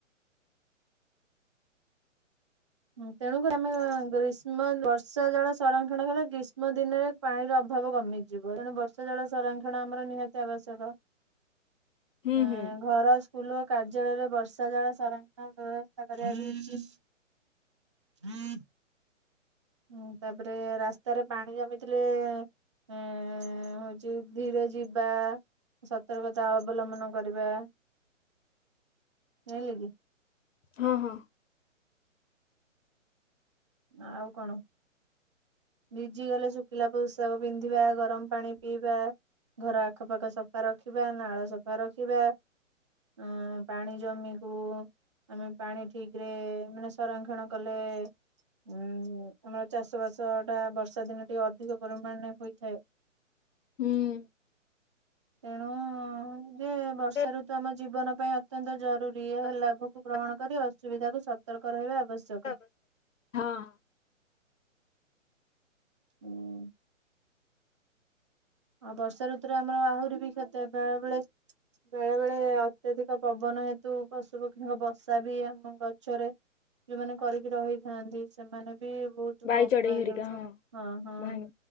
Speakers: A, on the right; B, on the left.
A: ହଁ ତେଣୁକରି ଆମେ, ଗ୍ରୀଷ୍ମ ବର୍ଷା ଜଡା ସଂରକ୍ଷଣ କଲେ, ଗ୍ରୀଷ୍ମ ଦିନରେ ପାଣିର ଅଭାବ କମିଯିବ, ତେଣୁ ବର୍ଷା ଜଳ ସଂରକ୍ଷଣ ଆମର ନିହାତି ଆବଶ୍ୟକ।
B: ହୁଁ
A: ହଁ
B: ହୁଁ
A: ଘର ସ୍କୁଲ ଓ କାର୍ଯ୍ୟାଳୟରେ ବର୍ଷା ଜଳ ସଂରକ୍ଷଣ ବ୍ୟବସ୍ଥା କରାଯାଇଛି। ହୁଁ <unintelligible> ହୁଁ ତାପରେ ରାସ୍ତାରେ ପାଣି ଜମିଥିଲେ ଏ ହଉଛି ଧୀରେ ଯିବା ସତର୍କତା ଅବଲମ୍ବନ କରିବା। ଯାଇଁଲେ କି।
B: ହଁ ହଁ।
A: ଆଉ କଣ? ଭିଜି ଗଲେ ଶୁଖିଲା ପୋଷାକ ପିନ୍ଧିବା, ଗରମ ପାଣି ପିଇବା। ଘର ଆଖପାଖ ସଫା ରଖିବା। ନାଳ ସଫା ରଖିବା। ଅ ପାଣି ଜମିକୁୁ ଆମେ ପାଣି ଠିକରେ ମାନେ ସଂରକ୍ଷଣ କଲେ ଉୁଁ, ଆମର ଚାଷ ବାସ ଟା ବର୍ଷା ଦିନ ଟିକେ ଅଧିକ ପରିମାଣରେ ହୋଇଥାଏ।
B: ହୁଁ ଉଁ
A: ତେଣୁ ଯୋଉ ବର୍ଷା
B: ତାକୁ
A: ଋତୁ ଆମ ଜୀବନ ପାଇଁ ଅତ୍ୟ ଅତ୍ୟନ୍ତ ଜରୁରୀ ଏହା
B: ସତର୍କ ରହିବା
A: ଲାଭକୁ ଗ୍ରହଣ କରି ଅସୁବିଧାକୁ ସତର୍କ ରହିବା ଆବଶ୍ୟକ।
B: ଆବଶ୍ୟକ। ହଁ ଅଁ
A: ହୁଁ ଉଁ ଆଉ ବର୍ଷା ଋତୁରେ ଆମର ଆହୁରି ବି କ୍ଷତି ହେଉଥିବା ବେଳେ ବେଳେ ବେଳେ ଅତ୍ୟଧିକ ପବନ ହେତୁ ପଶୁ ପକ୍ଷୀଙ୍କ ବର୍ଷା ବି ଆମ ଗଛରେ ଯୋଉମାନେ କରିକି ରହିଥାନ୍ତି, ସେମାନେ ବି ବହୁତ
B: ବାଇ
A: ଲୋପ
B: ଚଢେଇ
A: ପାଇ
B: ହେରିକା
A: ଯାଉଛନ୍ତି। ହଁ ହଁ
B: ବାହାଣି।